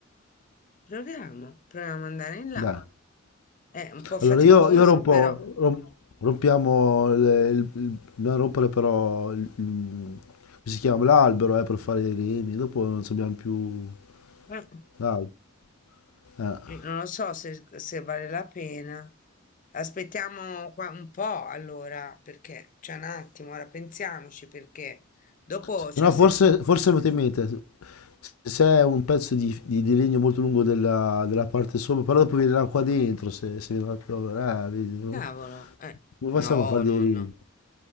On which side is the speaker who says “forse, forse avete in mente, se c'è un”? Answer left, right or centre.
Left